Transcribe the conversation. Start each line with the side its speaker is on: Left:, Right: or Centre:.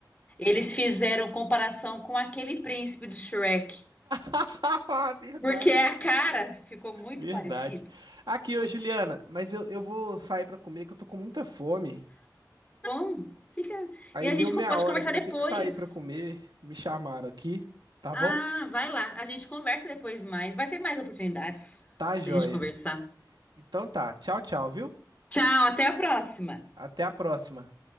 Left: Eles fizeram comparação com aquele príncipe do Shrek,
Right: <laughs> Haha, Verdade.
Left: porque a cara ficou muito
Right: Verdade.
Left: parecido.
Right: Aqui,
Left: Putz,
Right: ô Juliana, mas eu, eu vou sair pra comer que eu tô com muita fome.
Left: bom, fica.
Right: Aí
Left: E a
Right: deu
Left: gente
Right: meia
Left: co- pode
Right: hora
Left: conversar
Right: que eu
Left: depois.
Right: vou ter que sair pra comer. Me chamaram aqui, tá
Left: Ah,
Right: bom?
Left: vai lá, a gente conversa depois mais. Vai ter mais oportunidades
Right: Tá, joia.
Left: pra gente conversar.
Right: Então tá. Tchau, tchau, viu?
Left: Tchau, até a próxima.
Right: Até a próxima.